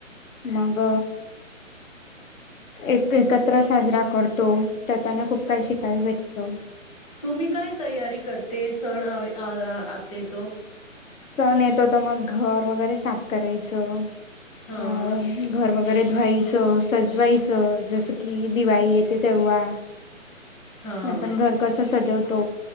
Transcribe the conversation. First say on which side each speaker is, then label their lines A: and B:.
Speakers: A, on the left; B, on the left.
A: मग.
B: <unintelligible>
A: एक एकत्र साजरा करतो त्याचानं खूप काही शिकाय भेटतो.
B: तुम्ही काय तयारी करते सण आवे अ आते तो.
A: सण येतो तर मग घर वगैरे साफ करायचं अ
B: हां
A: घर वगे वगैरे धुवायचं सजवायचं जसं की दिवाळी येते तेव्हा
B: हां
A: आपण घर कसं सजवतो